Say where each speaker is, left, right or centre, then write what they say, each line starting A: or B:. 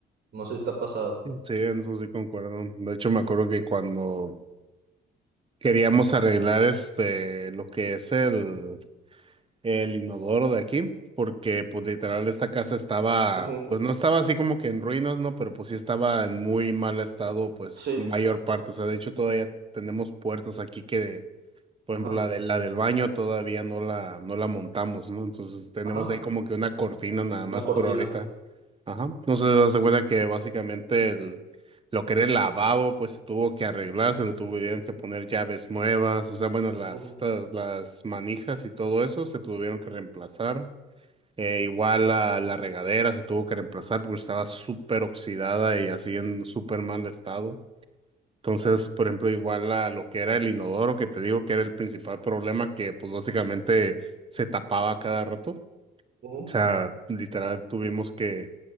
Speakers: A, on the right (about 55°); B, on the right (about 25°).
A: No sé si está pasado.
B: Sí, en eso sí concuerdo. De hecho, me acuerdo que cuando queríamos arreglar este lo que es el, el inodoro de aquí, porque pues literal esta casa estaba,
A: Ujú,
B: pues no estaba así como que en ruinas, ¿no? Pero pues sí estaba en muy mal estado, pues
A: Sí,
B: mayor parte. O sea, de hecho todavía tenemos puertas aquí que, por
A: ajá,
B: ejemplo, la de la del baño todavía no la, no la montamos, ¿no? Entonces tenemos
A: ajá,
B: ahí como que una cortina nada más
A: una cortina.
B: por ahorita. Ajá. Entonces, das de cuenta que básicamente el, lo que era el lavabo, pues se tuvo que arreglar, se le tuvieron que poner llaves nuevas, o sea, bueno, las,
A: Ujú,
B: estas, las manijas y todo eso se tuvieron que reemplazar. Eh, igual la, la regadera se tuvo que reemplazar porque estaba súper oxidada y así en súper mal estado. Entonces, por ejemplo, igual la, lo que era el inodoro, que te digo que era el principal problema, que pues básicamente se tapaba cada rato. O
A: ujú,
B: sea, literal tuvimos que